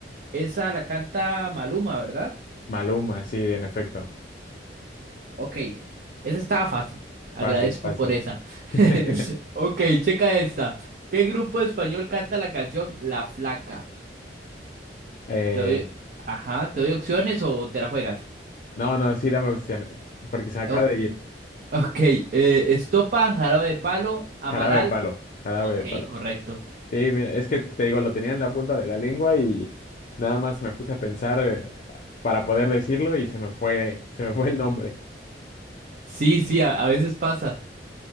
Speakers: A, on the right; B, on the left.
A: Esa la canta Maluma, ¿verdad?
B: Maluma, sí, en efecto.
A: Ok. Esa estaba fácil. Agradezco
B: Fácil, fácil.
A: por esa.
B: <laughs>
A: <laughs> Ok, checa esta. ¿Qué grupo español canta la canción La Flaca?
B: Eh,
A: Te doy... Ajá, ¿te doy opciones o te la juegas?
B: no, no, sí, dame opción, porque se acaba
A: O-
B: de ir.
A: ok, eh, Estopa, Jarabe de Palo, Amaral.
B: Jarabe de palo, jarabe
A: Ok,
B: de palo.
A: correcto.
B: Sí, mira, es que te digo, lo tenía en la punta de la lengua y nada más me puse a pensar eh, para poder decirlo y se me fue, se me fue el nombre.
A: Sí, sí, a, a veces pasa.